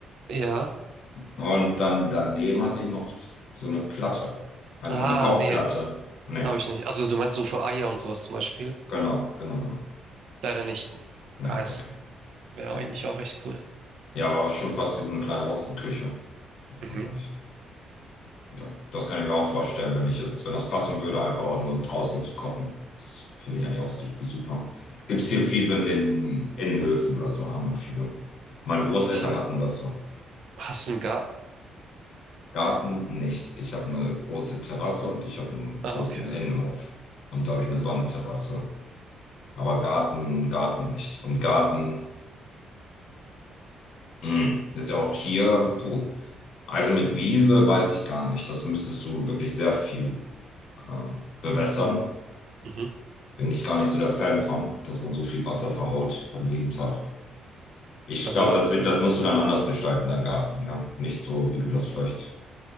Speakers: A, on the right (about 70°); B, on the left (about 70°).
A: Ja.
B: und dann daneben hatte ich noch so eine Platte. Also
A: Ah,
B: wie eine Kochplatte.
A: nee,
B: Nee,
A: habe ich nicht. Also du meinst so für Eier und sowas zum Beispiel?
B: genau, genau, genau.
A: Leider nicht.
B: Nee,
A: Ah, es
B: okay.
A: wäre
B: Ja,
A: eigentlich auch echt cool.
B: ja aber schon fast wie so eine kleine Außenküche. Das ist
A: Mhm.
B: das eigentlich. Ja, das kann ich mir auch vorstellen, wenn ich jetzt, wenn das passen würde, einfach auch nur draußen zu kochen. Das finde ich eigentlich auch su- super. Gibt es hier viel so in den Innenhöfen oder so, haben noch viele. Meine Großeltern
A: Ha,
B: hatten das so.
A: hast du einen Garten?
B: Garten nicht. Ich habe eine große Terrasse und ich habe einen
A: Ah,
B: großen
A: okay.
B: Innenhof. Und da habe ich eine Sonnenterrasse. Aber Garten, Garten nicht. Und Garten, mh, ist ja auch hier, puh. Also mit Wiese weiß ich gar nicht. Das müsstest du wirklich sehr viel ähm, bewässern.
A: Mhm. Mhm.
B: bin ich gar nicht so der Fan von, dass man so viel Wasser verhaut dann jeden Tag. Ich
A: Also,
B: glaube, das wird, das musst du dann anders gestalten, deinen Garten, ja. Nicht so, wie du das vielleicht